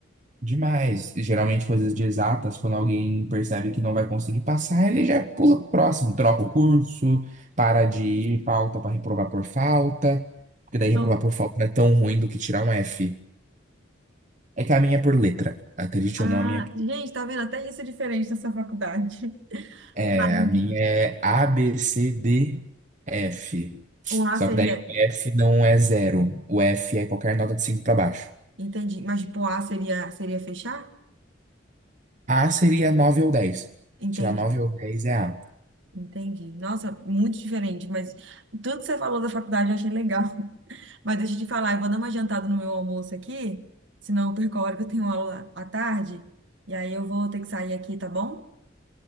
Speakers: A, on the right (about 40°); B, on the right (about 70°).
A: Demais. Geralmente coisas de exatas, quando alguém percebe que não vai conseguir passar, ele já pula pro próximo, troca o curso, para de ir, falta para reprovar por falta. Porque daí reprovar
B: Não.
A: por falta não é tão ruim do que tirar um F. É que a minha é por letra. Acredite
B: Ah,
A: ou não, a minha
B: gente, tá vendo? Até isso é diferente nessa faculdade. <laughs>
A: é,
B: Sim.
A: a minha é A, B, C, D, F.
B: Um A
A: Só
B: seria,
A: que daí o F não é zero. O F é qualquer nota de 5 para baixo.
B: entendi, mas tipo, um A seria, seria fechar?
A: A seria nove ou dez
B: Entendi,
A: Tirar 9 ou 10 é A.
B: entendi. Nossa, muito diferente, mas tudo que você falou da faculdade eu achei legal. <laughs> Mas deixa eu te falar, eu vou dar uma jantada no meu almoço aqui, senão eu perco a hora que eu tenho aula à tarde, e aí eu vou ter que sair aqui, tá bom?